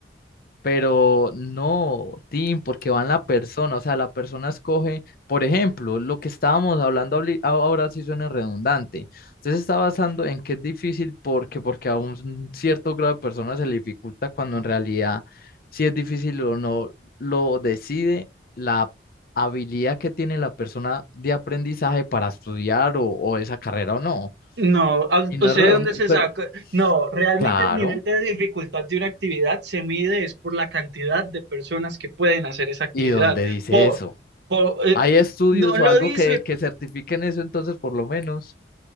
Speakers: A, on the left; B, on the right.
A: Pero no, Tim, porque va en la persona, o sea, la persona escoge, por ejemplo, lo que estábamos hablando ahorri- a- ahora sí suena redundante. Usted se está basando en que es difícil porque, porque a un cierto grado de personas se le dificulta cuando en realidad si es difícil o no, lo decide la habilidad que tiene la persona de aprendizaje para estudiar o, o esa carrera o no.
B: No, ¿a-
A: Y no
B: ¿usted
A: es redundante,
B: de dónde se saca? No, realmente
A: claro,
B: el nivel de dificultad de una actividad se mide es por la cantidad de personas que pueden hacer esa actividad.
A: ¿y dónde dice
B: Por,
A: eso?
B: por, eh,
A: Hay estudios
B: no lo
A: o algo
B: dice,
A: que, que certifiquen eso, entonces por lo menos.